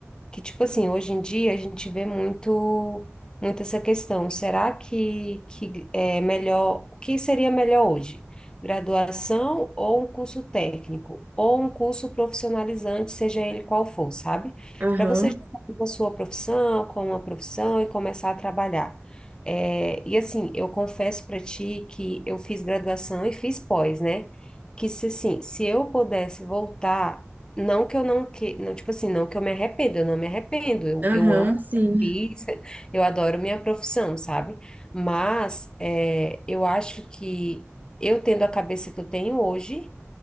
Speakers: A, on the left; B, on the right.
A: que tipo assim, hoje em dia a gente vê muito muito essa questão. Será que que é melhor, o que seria melhor hoje? Graduação ou um curso técnico, ou um curso profissionalizante, seja ele qual for, sabe?
B: aham,
A: Para você já sair com a sua profissão, com uma profissão e começar a trabalhar. É, e assim, eu confesso para ti que eu fiz graduação e fiz pós, né? Que se assim, se eu pudesse voltar não que eu não que, não, tipo assim, não que eu me arrependo, eu não me arrependo, eu,
B: aham,
A: eu amo, o
B: sim,
A: que eu fiz, eu adoro minha profissão, sabe? Mas é, eu acho que eu tendo a cabeça que eu tenho hoje,